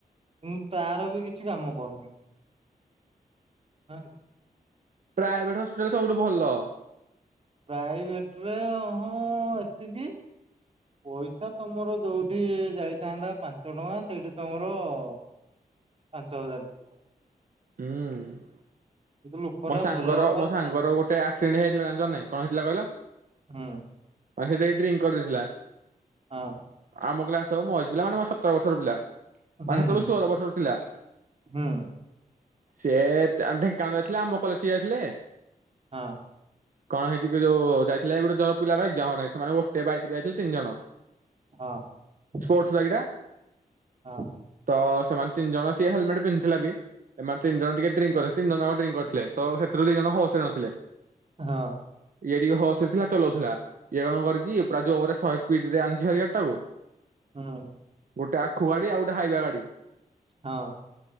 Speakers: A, on the right (about 40°); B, on the right (about 60°).
A: ଉଁ ତାର ବି କିଛି କାମ କରୁନିଁ ଆଁ।
B: ପ୍ରାଏଭେଟ ହସ୍ପିଟାଲ ସବୁଠୁ ଭଲ ।
A: ପ୍ରାଇଭେଟ ରେ ହଁ ଏତିକି । ପଇସା ତମର ଯୋଉଠି ଯାଇଥାନ୍ତା ପାଞ୍ଚ ଟଙ୍କା ସେଇଠି ତମର । ପାଞ୍ଚ ହଜାର ।
B: ଉମ୍ ।
A: ଲୋକଟା
B: ମୋ ସାଙ୍ଗର
A: ଭଲ ହବାର
B: ମୋ ସାଙ୍ଗର
A: ଚାନ୍ସ
B: ଗୋଟେ ଆକ୍ସିଡେଣ୍ଟ ହେଇଯାଇଥିଲା ଜାଣିଚ ନା ନାଇଁ କଣ ହେଇଥିଲା କହିଲ ।
A: ହୁଁ ।
B: ମାନେ ସେ ଟିକେ ଡ୍ରିଙ୍କ୍ କରିଦେଇଥିଲା
A: ହଁ
B: ଆମ କ୍ଲାସ ହବ ମୋ ଏଜ୍ ପିଲା ମାନେ ମୋ ସତର ବର୍ଷର ପିଲା ।
A: ହୁଁ
B: ମାନେ ସେତେବେଳକୁ
A: ହୁଁ
B: ଷୋଳ ବର୍ଷର ଥିଲା ।
A: ହୁଁ
B: ସେ ଢେଙ୍କାଳରେ ଥିଲେ ଆମ କଲେଜ ଟି ଜାଇଥିଲେ ।
A: ହଁ ।
B: କଣ ହେଇଛି କି ଯୋଉ ଯାଇଥିଲେ ଗୋଟେ ଜଣ ପିଲାର ଏକଯାମ ପାଇଁ ସେମାନେ ଗୋଟେ ବାଇକ୍ ରେ ଯାଇଥିଲେ ତିନ ଜଣ ।
A: ହଁ ।
B: ସ୍ପୋର୍ଟସ ବାଇକ୍ ଟା ।
A: ହଁ ।
B: ତ ସେମାନେ ତିନି ଜଣ ସିଏ ହେଲମେଟ ପିନ୍ଧିଥିଲା ବି ସେମାନେ ତିନି ଜଣ ଟିକେ ଡ୍ରିଙ୍କ୍ କରି ଥିଲେ ତିିନି ଜଣ ଯାକ ଡ୍ରିଙ୍କ କରି । ଥିଲେ ସ ସେଥିରୁ ଦି ଜଣ ହୋସ୍ ରେ ନଥିଲେ ।
A: ହଁ ।
B: ଇଏ ଟିକେ ହୋସ୍ ରେ ଥିଲା ଚଲଉଥିଲା ଇଏ କଣ କରିଛି ପୁରା ଯୋରେ ଶହେ ସ୍ପିଡରେ ଆଣିଛି ଗାଡି ଟାକୁ ।
A: ହୁଁ ।
B: ଗୋଟେ ଆଖୁ ଗାଡି ଆଉ ଗୋଟେ ହାଇଵା ଗାଡି ।
A: ହଁ ।